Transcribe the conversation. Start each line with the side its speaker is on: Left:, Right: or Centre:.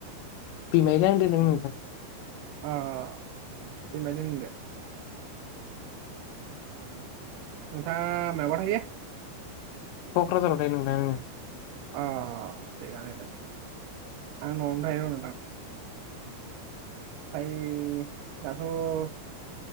Left: बिमाइदो आंदो दं नोंथां।
Right: अह अ अह बिमाइ दो नोंदो? उम। नोंथाङा मायावबा थायो?
Left: कक्राझाराव थायो नोंथां आंङो।
Right: अह थिगानो दे आं न'आवनो थायो नोंथां। ओमफ्राय दाथ'